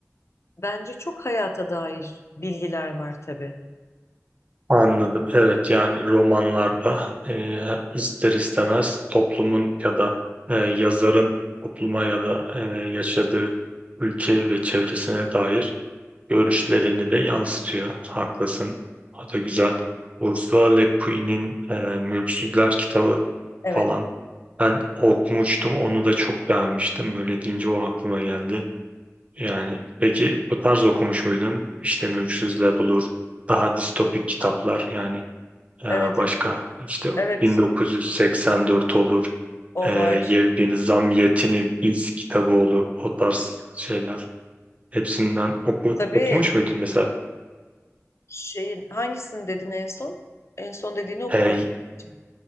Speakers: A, on the left; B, on the right.
A: bence çok hayata dair bilgiler var tabii.
B: Anladım. Evet yani romanlarda e, ister istemez toplumun ya da e, yazarın topluma ya da e, yaşadığı ülke ve çevresine dair görüşlerini de yansıtıyor. Haklısın. O da güzel. Ursula Le Guin'in e, Mülksüzler kitabı
A: Evet,
B: falan ben okumuştum. Onu da çok beğenmiştim. Böyle deyince o aklıma geldi. Yani peki bu tarz okumuş muydun? İşte Mülksüzler olur. Daha distopik kitaplar yani ee, başka
A: evet, evet,
B: işte
A: evet,
B: 1984 olur.
A: o
B: Ee,
A: var.
B: Yevgeni Zamyatin'in İz kitabı olur. O tarz şeyler. Hepsinden oku,
A: Tabii
B: okumuş muydun mesela?
A: şeyin hangisini dedin en son? En son dediğini okumadım
B: Ee,
A: bence.